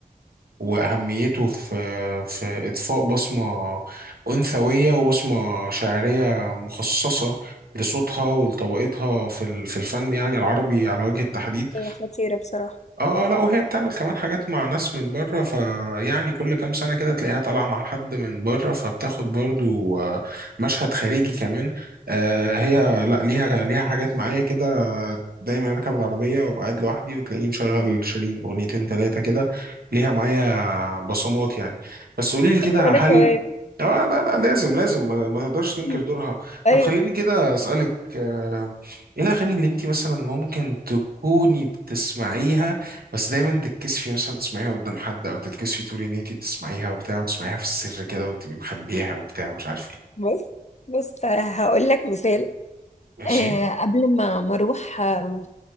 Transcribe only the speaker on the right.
وأهميته في في إضفاء بصمة أنثوية وبصمة شعرية مخصصة لصوتها ولطبقتها في ال- في الفن يعني العربي على وجه التحديد
اه آه، لا وهي بتعمل كمان حاجات مع ناس من بره فيعني كل كام سنة كده تلاقيها طالعة مع حد من بره فبتاخد برضو آه، مشهد خارجي كمان آه، هي لا ليها ليها حاجات معايا كده دايما اركب العربية وابقى قاعد لوحدي وتلاقيني مشغل شيرين اغنيتين تلاتة كده ليها معايا بصمات يعني بس قولي لي كده
هل
اه لا لا لازم لازم ما, ما تقدرش تنكر
دورها
طب خليني كده اسالك آه، ايه الاغاني اللي انت مثلا ممكن تكوني بتسمعيها بس دايما تتكسفي مثلا تسمعيها قدام حد او تتكسفي تقولي ان انت بتسمعيها وبتاع وتسمعيها في السر كده وتبقي مخبيها وبتاع ومش عارف ايه
ماشي